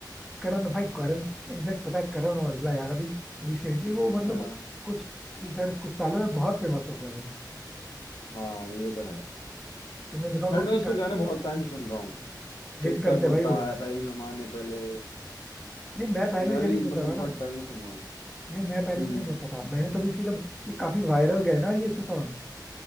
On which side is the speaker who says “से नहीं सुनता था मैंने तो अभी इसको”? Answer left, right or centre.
Centre